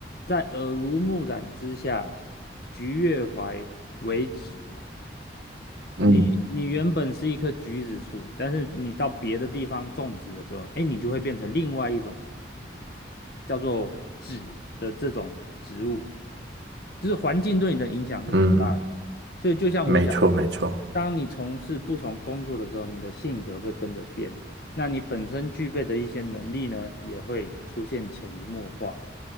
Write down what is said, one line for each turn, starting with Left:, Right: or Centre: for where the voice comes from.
Left: 在耳濡目染之下，橘越淮为枳嘛。你你原本是一棵橘子树，
Right: 嗯
Left: 但是你到别的地方种植的时候，哎，你就会变成另外一种叫做枳的这种植物。就是环境对你的影响是很大的。
Right: 嗯嗯，
Left: 所以就像我讲，
Right: 没错没错。
Left: 当你从事不同工作的时候，你的性格会跟着变，那你本身具备的一些能力呢，也会出现潜移默化。